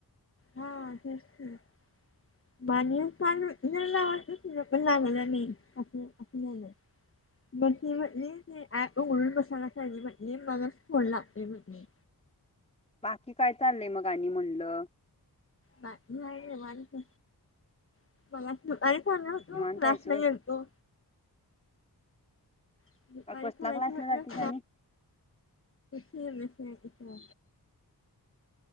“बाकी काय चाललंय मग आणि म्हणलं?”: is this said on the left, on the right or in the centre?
Left